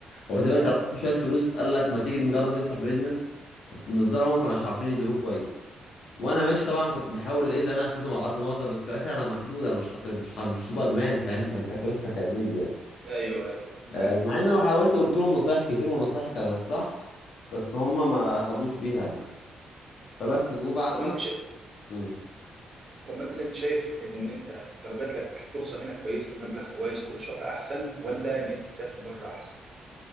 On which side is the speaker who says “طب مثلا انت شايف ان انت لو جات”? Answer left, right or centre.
Right